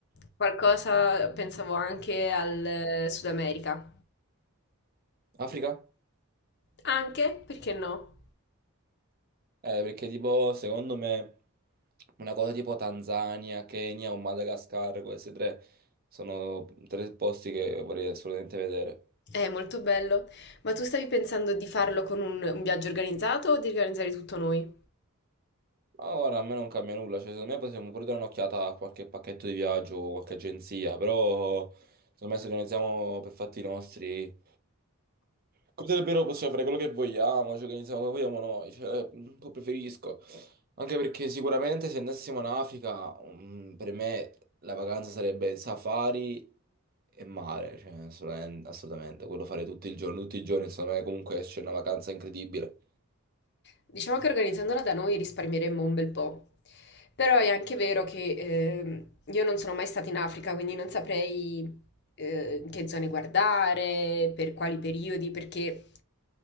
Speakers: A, on the left; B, on the right.
A: Qualcosa pensavo anche al eh, Sud America.
B: Africa?
A: Anche, perché no?
B: Eh, perché tipo, secondo me, una cosa tipo Tanzania, Kenya o Madagascar, queste tre sono tre posti che vorrei assolutamente vedere.
A: È molto bello. Ma tu stavi pensando di farlo con un, un viaggio organizzato o di organizzare tutto noi?
B: Ma guarda, a me non cambia nulla, cioè secondo me possiamo pure dare un'occhiata a qualche pacchetto di viaggio o qualche agenzia, però secondo me se organizziamo per fatti nostri, cosa davvero possiamo fare quello che vogliamo, ci organizziamo come vogliamo noi, cioè, eh, un po' preferisco, anche perché sicuramente se andassimo in Africa, mm, per me la vacanza sarebbe safari e mare, cioè assolutamente, assolutamente, quello fare tutto il giorno, tutti i giorni, secondo me comunque esce una vacanza incredibile.
A: Diciamo che organizzandola da noi risparmieremmo un bel po', però è anche vero che ehm, io non sono mai stata in Africa, quindi non saprei eh, che zone guardare, per quali periodi, perché